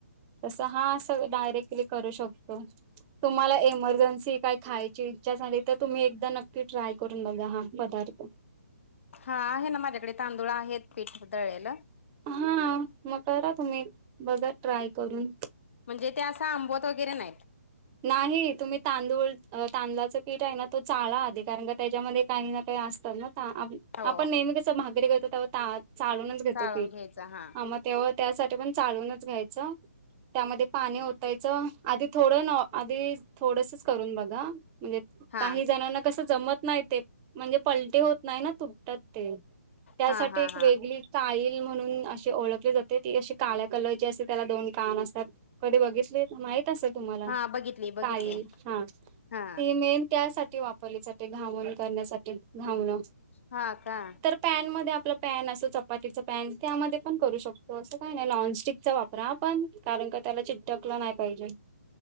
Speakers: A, on the right; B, on the left.
A: तस हा अस डायरेक्टली करू शकतो. तुम्हाला एमर्जन्सी काय खायची इच्छा झाली तर तुम्ही एकदा नक्की ट्राय करून बघा हा पदार्थ.
B: हा आहे ना माझ्याकडे तांदूळ आहेत पीठ दळला.
A: हा मग करा तुम्ही बघा ट्राय करून.
B: म्हणजे ते असं आंबोत वगैरे नाहीत.
A: नाही तुम्ही तांदूळ तांदळाचं पीठ आहे ना तो चाळा आधी कारण का त्याच्यामध्ये काही ना काही अस
B: हो
A: आपण नेहमी भागरी करतो ते चालूनच घेतो
B: चाळून
A: पीठ.
B: घ्यायचा हा
A: तेव्हा त्यासाठी पण चालूनच घ्यायचं त्यामध्ये पाणी ओतायचं आधी थोडं न आधी थोडसच करून बघा म्हणजे
B: हा
A: काही जणांना कसं जमत नाही ते म्हणजे पलटी होत नाही ना तुटतात ते त्यासाठी
B: हा हा
A: एक
B: हा
A: वेगळी काईल म्हणून असे ओळखले जाते ती अशी काळ्या कलरची असते त्याला दोन कान असतात. कधी बघितले माहित असे तुम्हाला.
B: हा बघितली बघितली
A: काईल हा
B: हा
A: ती मेन त्यासाठी वापरली जाते घावण करण्यासाठी घावणं-
B: हा का?
A: पॅन मध्ये आपलं पॅन असो चपातीचा पॅन त्यामध्ये पण करू शकतो असं काय नाही नॉनस्टिकचा वापर रा पण कारण का त्याला चिटटकलं नाही पाहिजे.